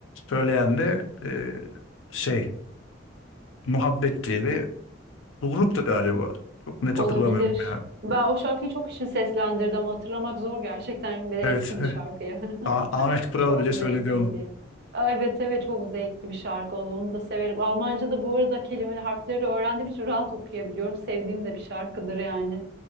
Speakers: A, on the left (about 85°); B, on the right (about 60°).
A: Söyleyen de e, şey Muhabbet diye bir bu gruptu galiba. Çok net
B: Olabilir.
A: hatırlamıyorum ya.
B: Ben o şarkıyı çok kişi seslendirdi ama hatırlamak zor gerçekten. Bir de
A: Evet.
B: eski bir
A: e,
B: şarkı ya.
A: Ah-
B: <laughs>
A: Ahmet Kural
B: Çok
A: bile
B: zevkliydi.
A: söyledi onu.
B: Aa, Evet evet çok zevkli bir şarkı oldu. Onu da severim. Almanca'da bu arada kelimeleri, harfleri öğrendiğim için rahat okuyabiliyorum. Sevdiğim de bir şarkıdır yani.